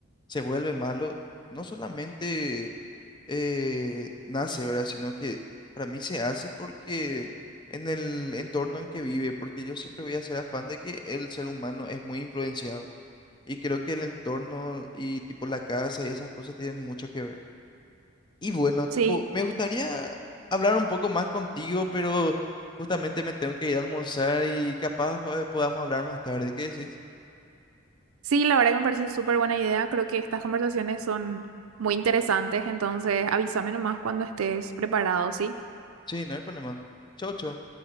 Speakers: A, on the left; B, on the right.
A: se vuelve malo, no solamente eh, nace, ¿verdad? Sino que para mí se hace porque en el entorno en que vive, porque yo siempre voy a ser afán de que el ser humano es muy influenciado y creo que el entorno y tipo la casa y esas cosas tienen mucho que ver. Y bueno, tipo,
B: Sí,
A: Sí. me gustaría hablar un poco más contigo, pero justamente me tengo que ir a almorzar y capaz eh, podamos hablar más tarde. ¿Qué decís?
B: sí, la verdad que me parece súper buena idea. Creo que estas conversaciones son muy interesantes, entonces avísame nomás cuando estés preparado, ¿sí?
A: Sí, no hay problema. Chau, chau.